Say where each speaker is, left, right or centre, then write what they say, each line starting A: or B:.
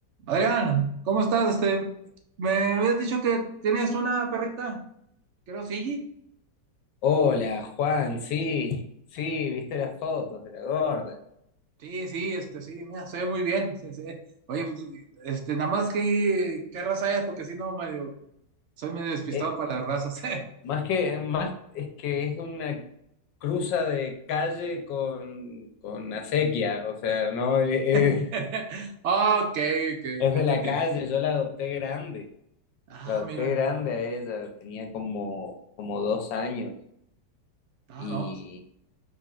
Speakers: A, on the right; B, on the left.
A: Adrián, ¿cómo estás? Este, me habías dicho que tienes una perrita, creo, sí.
B: Hola, Juan, sí, sí, viste las fotos de la gorda.
A: Sí, sí, este, sí, mira, se ve muy bien. se- se- Oye, pues, este, nada más que, ¿qué raza es? Porque si no, medio, soy medio despistado
B: Eh,
A: para las razas.
B: más que, más es que es una cruza de calle con, con acequia, o sea, no, eh,
A: <laughs>
B: eh,
A: Ok, ok,
B: es
A: ya
B: de
A: entendí.
B: la calle, yo la adopté grande,
A: Ah,
B: la adopté
A: mira,
B: grande a ella, tenía como, como dos años
A: ah,
B: y,
A: no,